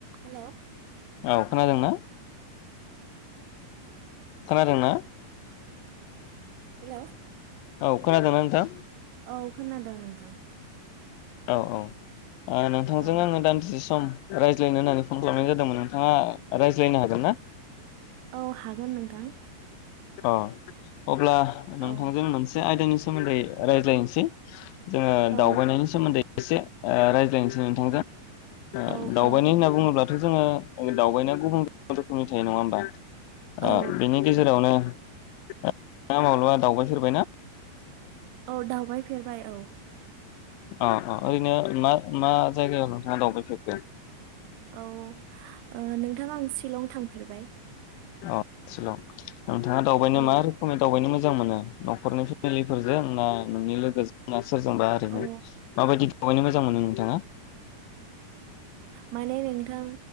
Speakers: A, on the right; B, on the left.
A: हेल'
B: औ खोनादोंना? खोनादों ना?
A: हेल'
B: औ खोनादोना नोंथां?
A: औ खोनादों नोंथां।
B: औ औ ओ नोंथांजों
A: औ
B: आङो दान्दिसे सम रायज्लायनो होननानै फन खालामनाय जादोंमोन नोंथाङा रायज्लायनो हागोन ना?
A: औ हागोन नोंथां
B: अ अब्ला
A: औ
B: नोंथांजों मोनसे आयदानि सो सोमोन्दै रायज्लायनिसै। ओ
A: औ
B: दावबायनायनि सोमोन्दै एसे ओ रायज्लायनोसै नोंथांजों। ओ
A: औ
B: दावबायनाय
A: औ
B: होनना बुङोब्लाद जोङो दावबायनाया गुबुन गुबुन रोखोमनि थायो नङा ओमबा?
A: औ
B: ओ बेनि गेजेरावनो <unintelligible> माब्लाबा दावबाय फेरबायना?
A: औ दावबाय फेरबाय औ।
B: अ अ ओरैनो मा मा जायगायाव दावबायफेरखो?
A: औ ओ नोंथां आं शिलं थांफेरबाय।
B: औ सिलं। नोंथाङा दावबायनो
A: औ
B: मा रोखोमै दावबायनो मोजा मोजां मोनो न'खरनि फेमिलिफोरजों ना नोंनि लोगो <unintelligible> सोरजोंबा ओरैनो
A: औ
B: माबायदि? वबायनो मोजां मोनो नोंथाङा?
A: माने नोंथां